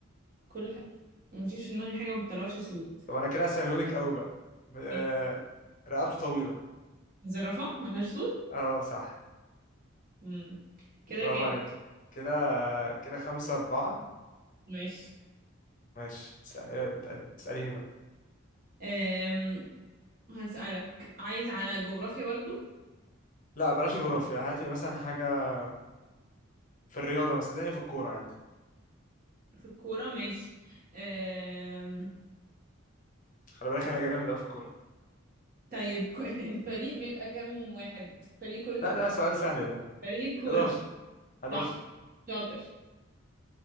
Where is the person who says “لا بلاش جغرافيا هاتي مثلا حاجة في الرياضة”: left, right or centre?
Left